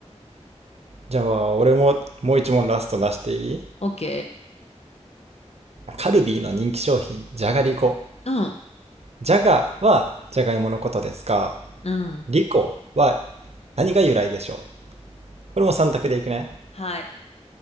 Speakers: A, on the right; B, on the left.
A: じゃあ、俺ももう一問ラスト出していい
B: OK?
A: カルビーの人気商品、じゃがりこ。
B: うん。
A: じゃがはじゃがいものことですが、
B: うん。
A: リコは何が由来でしょうこれも3択でいくね。
B: はい。